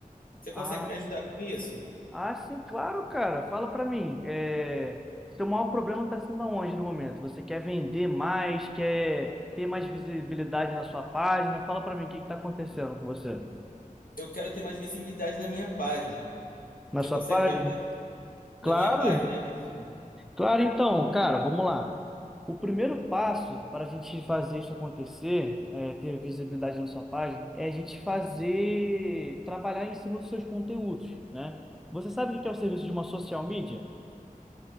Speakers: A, on the left (about 75°); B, in the centre.
A: Você
B: Ah,
A: consegue me ajudar com isso?
B: ah, sim, claro, cara. Fala pra mim, é... seu maior problema tá sendo aonde no momento? Você quer vender mais, quer ter mais visibilidade na sua página? Fala pra mim, o que que tá acontecendo com você?
A: Eu quero ter mais visibilidade na minha página.
B: Na
A: Você
B: sua
A: consegue
B: página?
A: me ajudar
B: Claro.
A: na minha página, é isso?
B: Claro, então, cara, vamos lá. O primeiro passo para a gente fazer isso acontecer, é, ter visibilidade na sua página, é a gente fazer, trabalhar em cima dos seus conteúdos, né? Você sabe o que é o serviço de uma social media?